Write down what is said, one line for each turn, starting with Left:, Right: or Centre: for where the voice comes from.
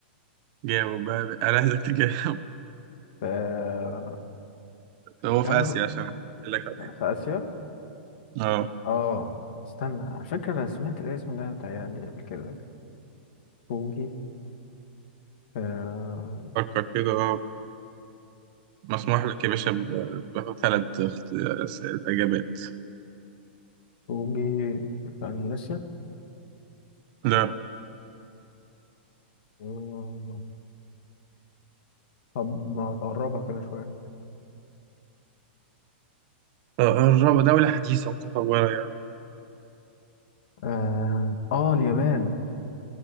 Right: جاوب بقى بقى. أنا عايزك تجاوب
Left: في
Right: <laughs>
Left: في
Right: هو
Left: الكاميرون
Right: في آسيا عشان أقول لك عليه
Left: في آسيا
Right: آه
Left: اه استنى على فكرة انا سمعت الاسم ده متهيألي قبل كده فوجي آه
Right: فكر كده آه مسموح لك يا باشا بثلاث إجابات
Left: فوجي في اندونيسيا
Right: لا
Left: آه، طب ما تقربها كده شويه
Right: آه، الرابعة دولة حديثة متطورة
Left: اه آه، اليابان